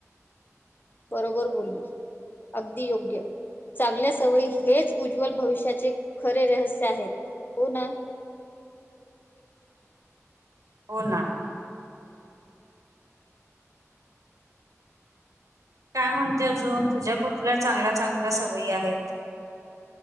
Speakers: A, on the left; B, on the right.
A: बरोबर बोललीस अगदी योग्य. चांगल्या सवयी हेच उज्ज्वल भविष्याचे खरे रहस्य आहेत हो ना.
B: हो ना. काय म्हणते अजून तुझ्या कुठल्या चांगल्या चांगल्या सवयी आहेत.